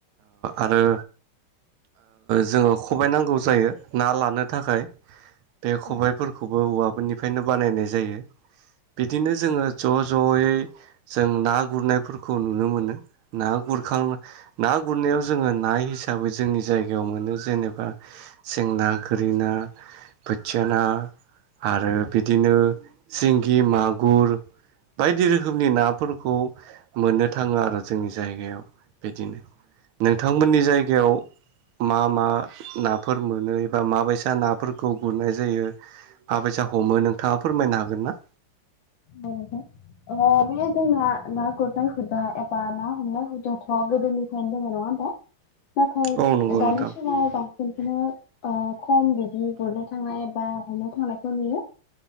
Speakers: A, on the right (about 80°); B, on the left (about 70°).
A: आरो जोङो खबाय नांगौ जायो ना लानो थाखाय। बे खबाइफोरखौबो
B: औ
A: औवाफोरनि निनो बानायनाय जायो। बिदिनो जोङो ज'-ज'यै जों ना गुरनाय फोरखौ नुनो मोनो। ना गुरखां ना गुरनायाव जोङो नाय हिसाबै जोंनि जायगायाव मोनो जेनेबा सेंना, गोरिना बोथिया ना आरो बिदिनो सिंगि, मागुर बायदि रोखोमनि नाफोरखौ मोननो थाङो आरो जोंनि जायगायाव बिदिनो। नोंथांमोननि जायगायाव मा मा नाफोर मोनो एबा माबायसा नाफोरखौ गुरनाय जायो माबायसा हमो नोंथाङा फोरमायनो हागोन ना?
B: बा नोंथां। ओ बे जोंना ना गुरनाय हुदा एबा ना हमनाय हुदाथ' गोदोनिफ्रायनो दङ नङाहोमबा। दा नाथाय
A: औ नंगौ
B: दानि
A: नोंथां
B: समाव बांसिनखौनो खम बिदि गुरनो थांनाय बा हमनो थांनायखौ नुयो।